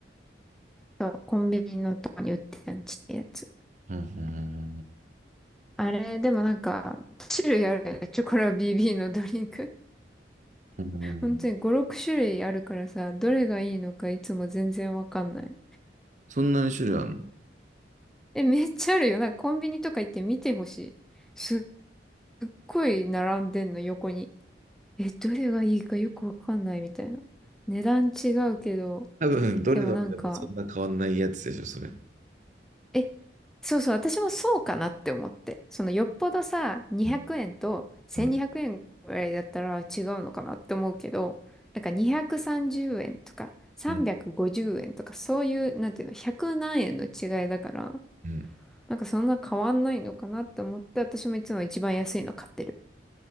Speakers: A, in the centre; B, on the right.
A: そうコンビニのとこに売ってたんちってやつ。
B: うん、
A: あれ、でもなんか、種類あるよね。チョコラ BB のドリンク。
B: うん。
A: 本当に5、6種類あるからさ、どれがいいのかいつも全然わかんない。
B: そんなに種類あるの
A: え、めっちゃあるよ。なんかコンビニとか行って見てほしい。すっごい並んでんの、横に。え、どれがいいかよくわかんないみたいな。値段違うけど、
B: 多分、どれ飲んでもそんな変わんないやつでしょ、
A: でもなんか、
B: それ。
A: え、そうそう、私もそうかなって思って。そのよっぽどさ、200円と1200円ぐらいだったら違うのかなって思うけど、
B: うん、うん、
A: なんか230円とか350円とかそういう、
B: うん、
A: なんていうの、100何円の違いだから、
B: う
A: なんかそんな変わんないのかなって思って、私もいつも一番安いの買ってる。